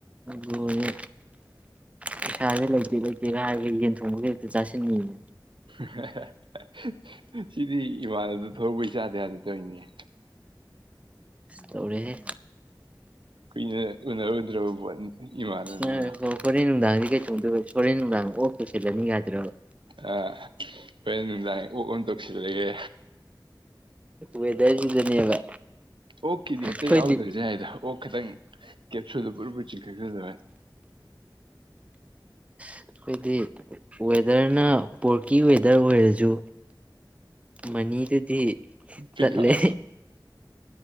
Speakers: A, on the right (about 15°); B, on the right (about 85°).
A: ꯂꯣꯏꯔꯦ ꯄꯩꯁꯥꯁꯦ ꯂꯩꯇꯦ ꯂꯩꯇꯦꯒ ꯍꯥꯏꯔꯒ ꯌꯦꯟ ꯊꯣꯡꯕꯒꯤ ꯍꯦꯛꯇ ꯆꯥꯁꯤꯟꯉꯅꯦ
B: <unintelligible> ꯁꯤꯗꯤ ꯏꯃꯥꯅꯕꯗꯣ ꯊꯣꯛꯂꯛꯄꯩ ꯆꯥꯗ ꯌꯥꯗ ꯇꯩꯅꯤꯅꯦ
A: ꯇꯧꯔꯦꯍꯦ
B: ꯀꯨꯏꯅ ꯎꯅꯔꯨꯗ꯭ꯔꯕ ꯄꯣꯠꯅꯤ ꯏꯃꯥꯟꯅꯕꯅꯦꯕ
A: ꯑꯥ ꯍꯥꯑꯣꯔꯦꯟꯅꯨꯗꯥꯡ ꯀꯩ ꯍꯥꯎꯔꯦꯟ ꯅꯨꯪꯗꯥꯡ ꯑꯣ ꯁꯦꯗꯥ ꯃꯤ ꯉꯥꯏꯗꯣꯏꯔꯕ
B: ꯑ ꯍꯣꯔꯦꯟ ꯅꯨꯡꯗꯥꯡ ꯑꯣꯛ ꯑꯃ ꯇꯧꯁꯤꯜꯂꯒꯦ
A: ꯋꯦꯗꯔꯁꯤꯗꯅꯦꯕ
B: ꯑꯣꯈꯤꯗꯤ ꯑꯇꯩ
A: ꯑꯩꯈꯣꯏꯗꯤ
B: ꯌꯥꯎꯗ ꯔꯖꯗ ꯈꯤꯇꯪ ꯀꯦꯞꯁꯨꯗ ꯄꯨꯔꯄ ꯆꯤꯡꯈꯠꯈꯖꯔꯦ
A: ꯑꯩꯈꯣꯏꯗꯤ ꯋꯦꯗꯔꯅ ꯄꯣꯔꯀꯤ ꯋꯦꯗꯔ ꯑꯣꯏꯔꯁꯨ ꯃꯅꯤꯗꯨꯗꯤ
B: ꯐꯤꯈꯥ
A: ꯇꯠꯂꯦ
B: ꯑꯣꯏ